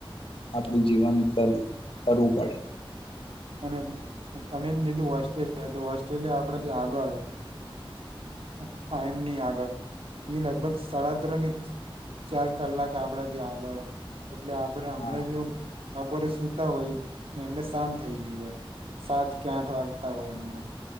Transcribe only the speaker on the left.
આપણું જીવન કરવું પડે.
હા